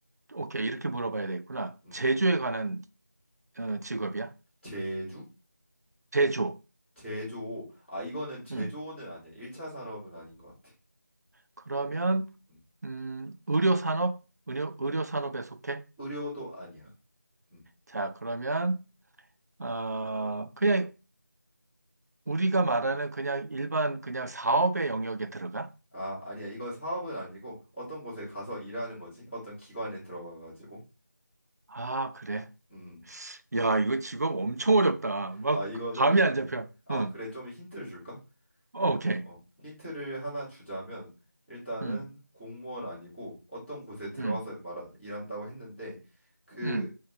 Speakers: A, on the right; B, in the centre.
A: 오케이. 이렇게 물어봐야 되겠구나.
B: 음,
A: 제조에 관한 어, 직업이야?
B: 제주?
A: 제조.
B: 제조. 아, 이거는 제조는
A: 음.
B: 아니야. 1차 산업은 아닌 것 같아.
A: 그러면,
B: 음.
A: 음, 의료산업? 의료, 의료산업에 속해?
B: 의료도 아니야. 음,
A: 자, 그러면, 어, 그냥 우리가 말하는
B: 음.
A: 그냥 일반 그냥 사업의 영역에 들어가?
B: 아, 아니야. 이건 사업은 아니고 어떤 곳에 가서 일하는 거지? 어떤 기관에 들어가가지고.
A: 아, 그래.
B: 음. 음.
A: 야, 이거 직업 엄청 어렵다. 막
B: 아, 이거는
A: 감이 안 잡혀.
B: 음, 아,
A: 응.
B: 그래. 좀 힌트를 줄까?
A: 어, 오케이.
B: 어, 힌트를 하나 주자면 일단은
A: 응.
B: 공무원 아니고 어떤 곳에 들어와서
A: 응.
B: 말 일한다고 했는데 그
A: 응.